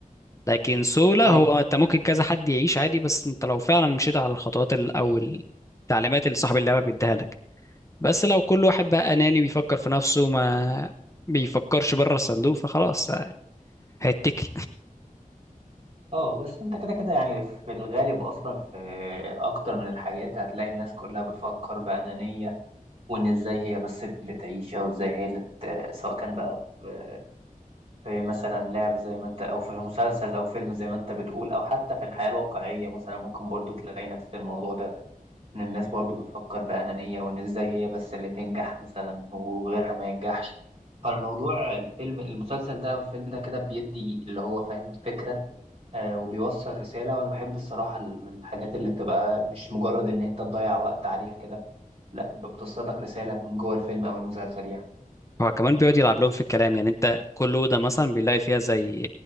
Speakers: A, on the left; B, on the right.
A: لكن سولا
B: ايوه
A: هو انت ممكن كذا حد يعيش عادي بس انت لو فعلا مشيت على الخطوات ال- أو التعليمات اللي صاحب اللعبة بيديها لك بس لو كل واحد بقى أناني بيفكر في نفسه ما بيفكرش بره الصندوق فخلاص هيتكل
B: اه بس انت كده كده يعني في الغالب اصلا في اكتر من الحاجات هتلاقي الناس كلها بتفكر بأنانية وان ازاي هي بس اللي تعيش او ازاي هي اللي ت- سواء كان بقى في في مثلا لعب زي ما انت او في مسلسل او فيلم زي ما انت بتقول او حتى في الحياة الواقعية مثلا ممكن برضو تلاقي نفس الموضوع ده إن الناس برضو بتفكر بأنانية وإن إزاي هي بس اللي تنجح مثلا وغيرها ما ينجحش فالموضوع الفيلم المسلسل ده أو الفيلم ده كده بيدي اللي هو فاهم فكرة آه وبيوصل رسالة وأنا بحب الصراحة الحاجات اللي بتبقى مش مجرد إن أنت تضيع وقت عليها كده لا تبقى بتوصل لك رسالة من جوه الفيلم أو المسلسل يعني
A: <laughs> هو كمان بيقعد يلعب لهم في الكلام يعني انت كل أوضة مثلا بيلاقي فيها زي